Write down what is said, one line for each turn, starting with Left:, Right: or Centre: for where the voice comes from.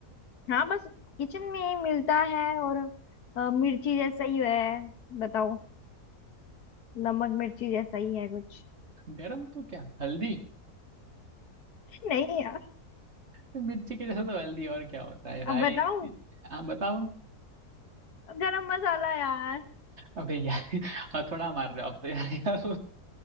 Left: हाँ बस किचन में ही मिलता है और अ, मिर्ची जैसा ही है बताओ नमक मिर्ची जैसा ही है कुछ
Right: गर्म तो क्या हल्दी
Left: नहीं यार
Right: तो मिर्ची के जैसा तो हल्दी और क्या होता है राई
Left: अब बताओ
Right: हाँ बताओ
Left: गरम मसाला यार <laughs>
Right: अबे यार <laughs> और थोड़ा मार रहे हो आप तो यार